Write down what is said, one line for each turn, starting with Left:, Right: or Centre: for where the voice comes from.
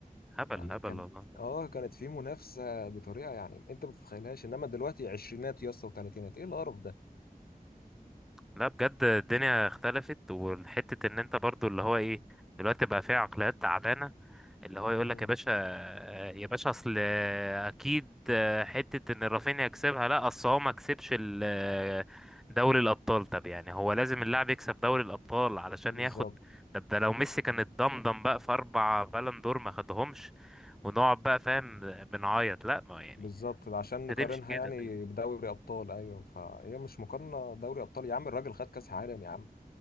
Centre: هبل
Left: يعني
Centre: هبل
Left: كانت
Centre: والله
Left: اه كانت في منافسه بطريقه يعني انت ما تتخيلهاش انما دلوقتي عشرينات يا اسطى وثلاثينات ايه القرف ده
Centre: لا بجد الدنيا اختلفت والحتة ان انت برضو اللي هو ايه دلوقتي بقى فيها عقليات تعبانة اللي هو يقول
Left: مم.
Centre: لك يا باشا يا باشا اصل اكيد حتة ان رافينيا يكسبها لا اصل هو ما كسبش ال- دوري الابطال طب يعني هو لازم اللاعب يكسب دوري الابطال علشان
Left: بالظبط
Centre: ياخد طب ده لو ميسي كان اتضمضم بقى في اربع بالون دور ما خدهمش ونقعد بقى فاهم بنعيط لا ما يعني
Left: بالظبط عشان نقارنها
Centre: هتمشي كده
Left: يعني
Centre: فاهم
Left: بدوري ابطال ايوه فهي مش مقارنه دوري ابطال يا عم الراجل خد كاس عالم يا عم